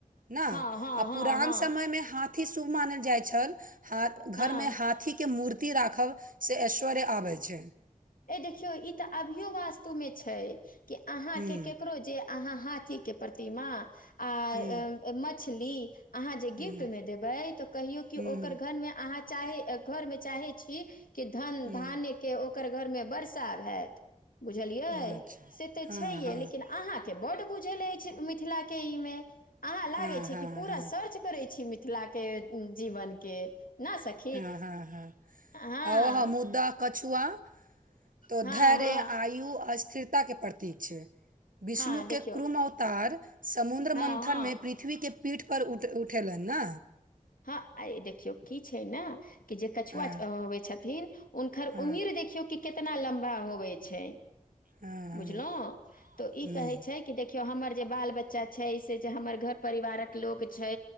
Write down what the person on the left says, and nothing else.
हँ हँ
हँ
हँ
हँ
ए देखियो ई तऽ अभियो वास्तु में छै कि अहा
के केकरो जे अहाँ हाथी के प्रतिमा आ
मछली अहाँ जे
गिफ्ट में देबे तऽ कहियो क
ओकर घर में अहाँ चाहे घर मे चाहै छी कि धन
धान्य के ओकर घर मे वर्सा होयैत बुझलियै
से तऽ
छै
लेकिन अहा के बढ़ बुझल एछ मिथला के इ मे अहा लगे
छी
पूरा
सर्च करै छी मिथिला के जीवन के न सखी
हँ
हँ
हँ
हँ देखियौ
हँ
हँ
हँ आइ देखियौ की छै न कि जे कछुआ
च होबे छथिन हुनकर
उम्मीर देखियौ कि कितना लम्बा होबे छै
बुझलहुँ
तऽ ई कहै छै कि देख देखियौ हमर जे बाल बच्चा छै से जे हमर घर परिवारक लोक छै